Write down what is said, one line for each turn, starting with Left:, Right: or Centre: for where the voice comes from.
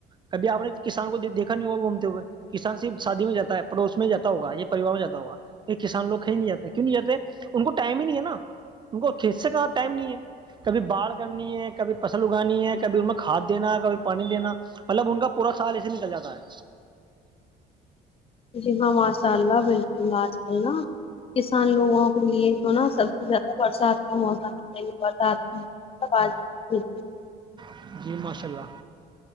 Right: کبھی آپ نے کس کو دیکھا نہیں ہوگا گھومتے ہوئے کسان صرف شادی میں جاتا ہے پڑوس میں جاتا ہوگ یا پریوار میں جاتا ہوا یہ کسان لوگ کھی ہی نہیں جاتے کیوں نہیں جاتے ان کو ٹائم ہی نہیں ہے نا ان کو کھیت سے کا ٹائم نہیں ہے کبھی باڑھ کرنی ہے کبھی فصل اگانی ہے کبھی اس میں کھاد دینا کبھی پانی دینا مطلب ان کا پورا سال ایسے نکل جاتا ہے
Left: جی ہاں ماشاء اللہ بالکل ماجل ن کسان لوگوں کے لیے جو نا سب سے زیادہ برسات کا موسم ہے برسات جٹیک
Right: ہے جی ماشاء اللہ